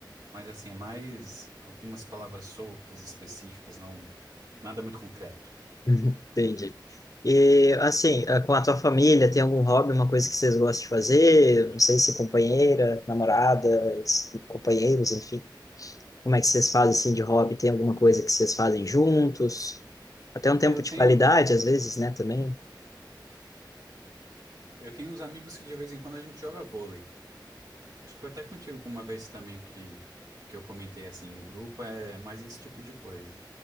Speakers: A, on the right (about 55°); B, on the left (about 45°).
A: mas assim, é mais algumas palavras soltas, específicas, não, nada muito concreto.
B: Uhum. Entendi. E assim, eh, com a tua família, tem algum hobby, uma coisa que vocês gostam de fazer? Não sei se companheira, namorada, es- companheiros, enfim. Como é que vocês fazem assim de hobby? Tem alguma coisa que vocês fazem juntos? Até um tempo
A: É, eu
B: de
A: tenho,
B: qualidade, às vezes, né, também.
A: eu tenho uns amigos que de vez em quando a gente joga vôlei. Acho que foi até contigo uma vez também que, que eu comentei assim em grupo, é mais esse tipo de coisa.